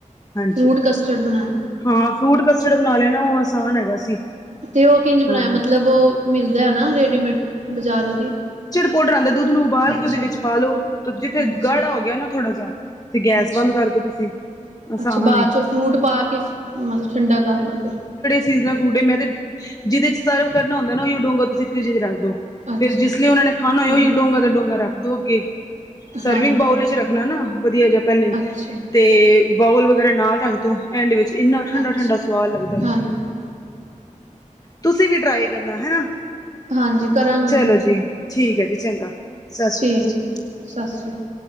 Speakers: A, on the left; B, on the right.
A: ਹਾਂਜੀ
B: ਫਰੂਟ ਕਸਟਡ ਬਣਾਇਆ।
A: ਹਾਂ, ਫਰੂਟ ਕਸਟਰਡ ਬਣਾ ਲਿਆ ਨਾ ਓ ਆਸਾਨ ਹੈਗਾ ਸੀ।
B: ਤੇ ਓ ਕਿੰਝ ਬਣਾਇਆ
A: ਹਾਂ
B: ਮਤਲਬ ਓ ਮਿਲਦਾ ਐ ਨਾ ਰੇਡੀਮੇਡ ਬਾਜ਼ਾਰ ਦੀ?
A: ਪੌਡਰ ਆਂਦਾ ਦੁੱਧ ਨੂੰ ਉਬਾਲ
B: ਅੱਛਾ
A: ਕੇ ਓਦੇ ਵਿੱਚ ਪਾ ਲੋ ਜਿੱਥੇ
B: ਅੱਛਾ
A: ਗਾੜਾ ਹੋ ਗਿਆ ਨਾ ਥੋੜ੍ਹਾ ਜਾ ਤੇ ਗੈਸ
B: ਅੱਛਾ
A: ਬੰਦ ਕਰਦੋ ਤੁਸੀਂ ਆਸਾਨ
B: ਅੱਛਾ ਬਾਚੋਂ
A: ਏ
B: ਫਰੂਟ ਪਾ ਕੇ ਮਤਲਬ ਠੰਡਾ ਕਰਲੋ ਫਿਰ।
A: <unintelligible> ਫੂਡ ਐ ਮੈਂ ਤੇ ਜਿਦੇ ਚ ਸਰਵ ਕਰਨਾ ਹੁੰਦਾ ਨਾ ਉਹੀਓ ਡੋਂਗਾ ਤੁਸੀਂ ਫਰਿਜ ਚ ਰੱਖ ਦੋ।
B: ਅੱਛਾ
A: ਫੇਰ ਜਿਸ
B: ਅੱਛਾ
A: ਲਈ ਓਨਾ ਨੇ ਖਾਣਾ ਹੋਏ
B: ਹਾਂ
A: ਓਹੀਓ ਡੋਂਗਾ ਦਾ ਡੋਂਗਾ ਰੱਖ ਦੋ ਅੱਗੇ। ਸਰਵਿੰਗ
B: ਹਾਂਜੀ
A: ਬਾਊਲ ਵਿੱਚ ਰੱਖਣਾ ਨਾ ਵਧੀਆ ਜਾ ਪਹਿਲੇ।
B: ਅੱਛਾ
A: ਤੇ ਬਾਊਲ ਵਗੈਰਾ ਨਾਲ ਰੱਖ ਦੋ ਐਂਡ ਵਿੱਚ ਇੰਨਾ ਠੰਡਾ-ਠੰਡਾ
B: ਅੱਛਾ
A: ਸਵਾਦ ਲੱਗਦਾ ਏ।
B: ਹਾਂਜੀ
A: ਤੁਸੀਂ ਵੀ ਟਰਾਈ ਕਰਨਾ ਹੈਨਾ।
B: ਹਾਂਜੀ ਕਰਾਂਗੀ
A: ਚਲੋ
B: ਮੈਂ
A: ਜੀ ਠੀਕ ਐ ਜੀ ਚੰਗਾ ਸਤਿ ਸ੍ਰੀ
B: ਠੀਕ
A: ਕਾਲ।
B: ਸਤਿ ਸ਼੍ਰੀ ਕਾ